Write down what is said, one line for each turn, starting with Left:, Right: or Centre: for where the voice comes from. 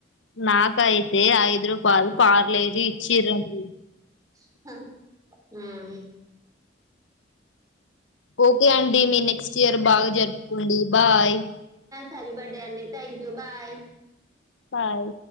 Left: నాకయితే ఐదు రూపాయిలు పార్లేజి ఇచ్చేటొళ్ళు
Right: హ
Left: ఓకే అండి మీ నెక్స్ట్ ఇయర్ బాగా జరుపుకోండి బాయ్
Right: చదువు కొండి అన్ని థ్యాంక్ యూ బాయ్
Left: తాల్